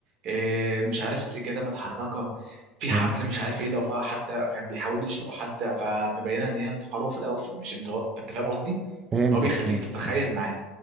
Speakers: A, on the right; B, on the right.
A: آه، مش عارف السجادة متحركة في
B: فهمتك
A: حبل مش عارف ايه لو ف- حد كان بيحاول يشنق حد فمبينه ان هي انتحاره في الاول مش انت انت فاهم قصدي؟
B: فهمتك
A: ان هو بيخليك
B: فهمتك
A: تتخيل
B: مم.
A: معاه